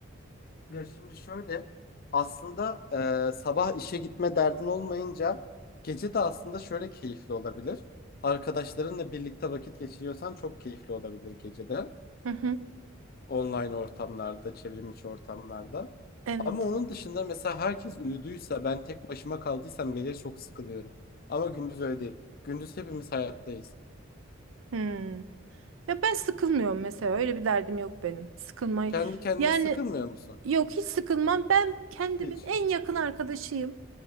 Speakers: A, on the left; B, on the right.
A: Ya şimdi şöyle aslında e, sabah işe gitme derdin olmayınca gece de aslında şöyle keyifli olabilir. Arkadaşlarınla birlikte vakit geçiriyorsan çok keyifli olabilir gecede.
B: Hı hı.
A: Online ortamlarda, çevrim içi ortamlarda.
B: Evet.
A: Ama onun dışında mesela herkes uyuduysa ben tek başıma kaldıysam gece çok sıkılıyorum. Ama gündüz öyle değil. Gündüz hepimiz hayattayız.
B: Hmm. Ya ben sıkılmıyorum mesela. Öyle bir derdim yok benim. Sıkılmayı.
A: Kendi kendine
B: Yani
A: sıkılmıyor musun?
B: Yok hiç sıkılmam. Ben kendimin
A: Hiç.
B: en yakın arkadaşıyım.